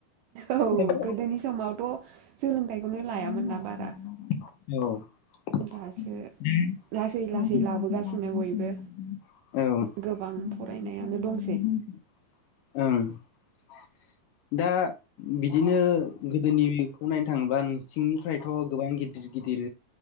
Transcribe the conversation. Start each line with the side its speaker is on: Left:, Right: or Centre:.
Right: औ
Left: दा बिदिनो
Right: गोदोनि समावथ' सोलोंथाइखौनो लायामोन
Left: <unintelligible>
Right: ना बारा
Left: ओं
Right: दासो लासै
Left: दा
Right: लासै लाबोगासिनो बयबो
Left: बिदिनो
Right: गोबां फरायनायानो
Left: गोदोनिखौ
Right: दंसै
Left: नायनो थाङोबा नों थिंनिफ्रायथ' गोबां गिदिर गिदिर